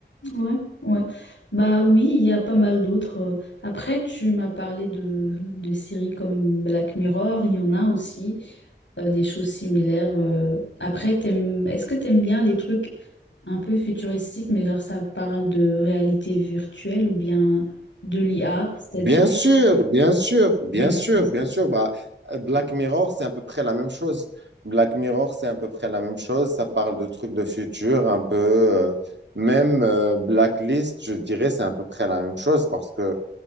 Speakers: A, on the left; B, on the right.
A: Ouais, ouais. Bah oui, il y a pas mal d'autres. euh. Après, tu m'as parlé de, de séries comme Black Mirror, il y en a aussi euh, des choses similaires. euh. Après, t'aimes, est-ce que t'aimes bien les trucs un peu futuristiques, mais genre ça parle de réalité virtuelle ou bien de l'IA, c'est-à-dire
B: Bien
A: de
B: sûr, bien sûr, bien
A: bénéfices
B: sûr, bien sûr. Bah, euh, Black Mirror, c'est à peu près la même chose. Black Mirror, c'est à peu près la même chose. Ça parle de trucs de futur, un peu. euh, même euh, Blacklist, je dirais, c'est à peu près la même chose parce que